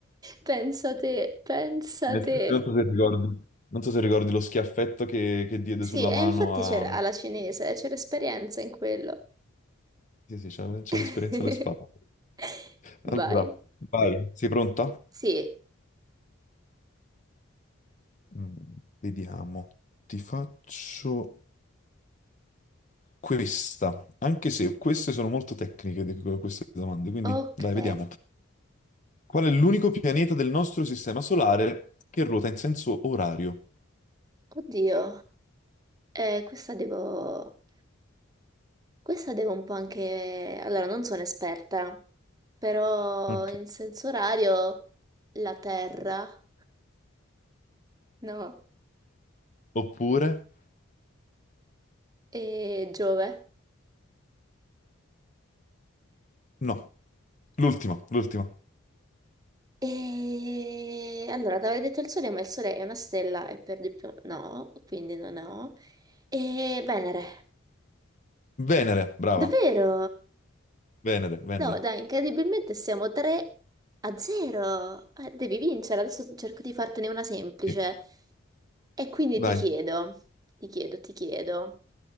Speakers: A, on the right; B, on the left.
A: Pensa te, pensa
B: In effetti
A: te.
B: non so se ricordi, non so se ricordi lo schiaffetto che, che diede
A: Sì,
B: sulla
A: e
B: mano
A: infatti
B: a...
A: c'era alla cinese, c'era esperienza in quello.
B: Sì, sì, c'ha c'ha
A: <laughs>
B: l'esperienza alle spalle. Allora,
A: Vai.
B: vai, sei pronta?
A: Sì,
B: Mm, vediamo. Ti faccio questa, anche se queste sono molto tecniche, di- queste domande, quindi
A: ok.
B: dai, vediamo. Qual è l'unico pianeta del nostro sistema solare che ruota in senso orario?
A: Oddio, eh, questa devo... Questa devo un po' anche... Allora, non sono esperta, però
B: Ok.
A: in senso orario la Terra, no,
B: Oppure...
A: e Giove.
B: No, l'ultima, l'ultima.
A: E allora, ti avevo detto il Sole, ma il Sole è una stella e per di più no, quindi non ho. E Venere.
B: Venere, brava.
A: Davvero?
B: Venere, Venere.
A: No, dai, incredibilmente siamo 3 a 0. Eh, devi vincere, adesso cerco di fartene una semplice.
B: Sì.
A: E quindi
B: Dai.
A: ti chiedo, ti chiedo, ti chiedo,